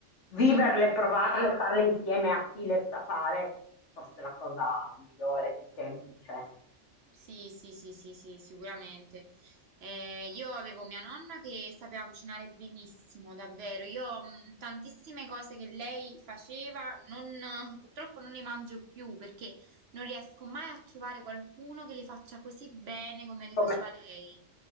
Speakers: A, on the left; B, on the right.
A: viverle,
B: Mm.
A: provarle, farle insieme a chi le sa fare, forse è la cosa migliore, più semplice.
B: Sì, sì, sì, sì, sì, sicuramente. Eh, io avevo mia nonna che sapeva cucinare benissimo, davvero. Io mh, tantissime cose che lei faceva, non- purtroppo non le mangio più perché non riesco mai a trovare qualcuno che le faccia così bene come le faceva
A: Come
B: lei.